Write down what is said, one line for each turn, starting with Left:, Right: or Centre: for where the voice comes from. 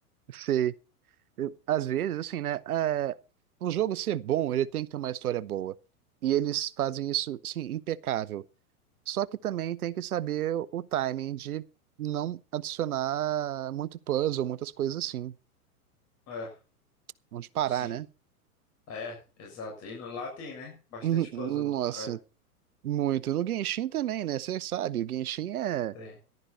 Right: Sei. Eu- Às vezes, assim, né? É, o jogo ser bom, ele tem que ter uma história boa. E eles fazem isso, assim, impecável. Só que também tem que saber o timing de não adicionar muito puzzle, muitas coisas assim.
Left: É,
Right: Onde parar,
Left: sim.
Right: né? <laughs>
Left: Ah, É, exato. E no, lá tem, né? Bastante
Right: Hum,
Left: puzzle no Honkai.
Right: Nossa, muito. No Genshin também, né? Você sabe, o Genshin é
Left: Tem.